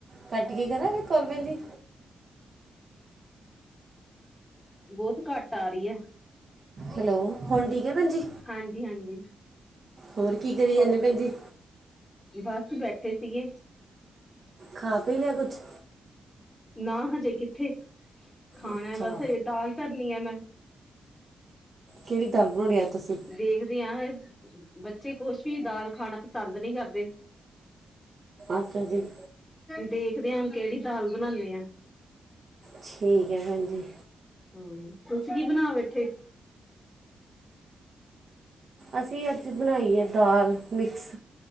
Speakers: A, on the right; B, on the left.
A: ਕੱਟ ਕੇ ਕਰਾਂ ਫਿਰ ਕੋਲ ਭੈਣਜੀ।
B: ਬੋਤ ਘੱਟ ਆਰੀ ਐ।
A: ਹੈਲੋ। ਹੁਣ ਠੀਕ ਐ ਭੈਣਜੀ
B: ਹਾਂਜੀ ਹਾਂਜੀ
A: ਹੋਰ ਕੀ ਕਰੀ ਜਾਂਦੇ
B: ਹੋਰ
A: ਭੈਣਜੀ।
B: ਬਸ ਬੈਠੇ ਸੀਗੇ।
A: ਖਾ-ਪੀ ਲਿਆ ਕੁਛ?
B: ਨਾ ਹਜੇ ਕਿੱਥੇ ਖਾਣਾ
A: ਅੱਛਾ
B: ਬਸ ਹਜੇ ਦਾਲ ਧਰਨੀ ਐ ਮੈਂ।
A: ਕੇੜੀ ਦਾਲ ਬਣੋਣੀ ਅੱਜ ਤੁਸੀਂ?
B: ਦੇਖਦੇ ਆ ਬੱਚੇ ਕੁਛ ਵੀ ਦਾਲ ਖਾਣਾ ਪਸੰਦ ਨੀ ਕਰਦੇ। <inaudible>
A: ਅੱਛਾ ਜੀ
B: ਦੇਖਦੇ ਆ ਹੁਣ ਕੇੜੀ ਦਾਲ ਬਣਾਨੇ ਆ।
A: ਠੀਕ ਹੈ ਭੈਣ ਜੀ
B: ਹੂੰ ਤੁਸੀਂ ਕੀ ਬਣਾ ਬੈਠੇ?
A: ਅਸੀਂ ਅੱਜ ਬਣਾਈ ਐ ਦਾਲ ਮਿਕਸ।